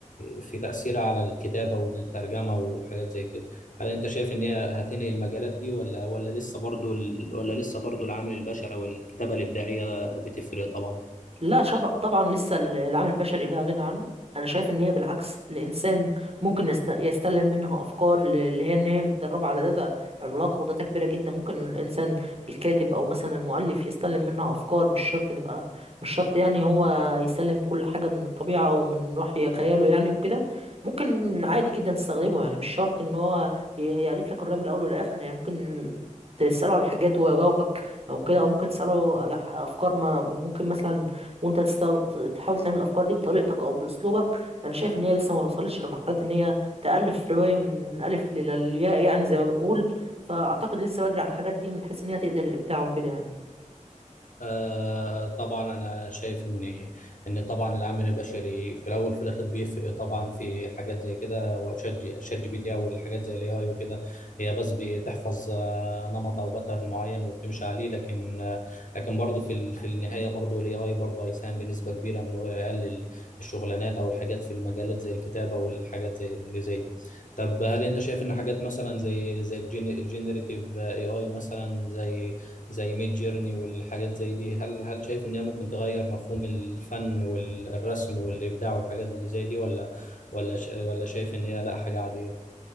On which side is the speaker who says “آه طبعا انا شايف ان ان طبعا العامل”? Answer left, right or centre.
Left